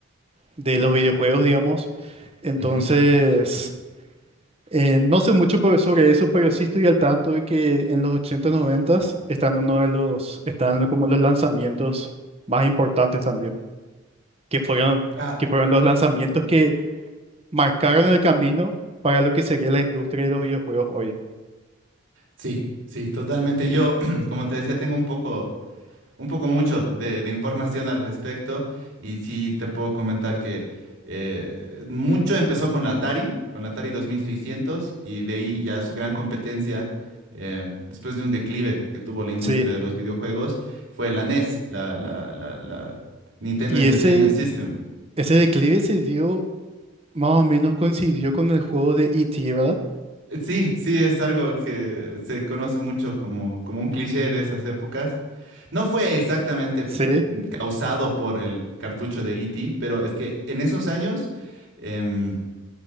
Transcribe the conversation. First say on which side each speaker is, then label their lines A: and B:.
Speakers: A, on the right; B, on the right.
A: de los videojuegos, digamos. Entonces,
B: Ujú.
A: eh, no sé mucho por- sobre eso, pero sí estoy al tanto de que en los 80 90 están uno de los, están lo- como los lanzamientos más importantes también, que fueron,
B: Claro,
A: que fueron los lanzamientos que marcaron el camino para lo que sería la industria de los videojuegos hoy.
B: sí, sí, totalmente. Yo, <clears throat> como te decía, tengo un poco... un poco mucho de, de información al respecto y sí te puedo comentar que eh, mucho empezó con la Atari, con la Atari 2600 y de ahí ya su gran competencia, eh, después de un declive que tuvo la industria
A: Sí,
B: de los videojuegos, fue la NES, la, la, la, la Nintendo
A: y
B: Entertainment
A: ese,
B: System.
A: ese declive se dio Más o menos coincidió con el juego de E.T., ¿verdad?
B: Eh, Sí, sí, es algo que se conoce mucho como, como un cliché de esas épocas, No fue exactamente
A: Sí,
B: mm, causado por el cartucho de E.T., pero es que en esos años em,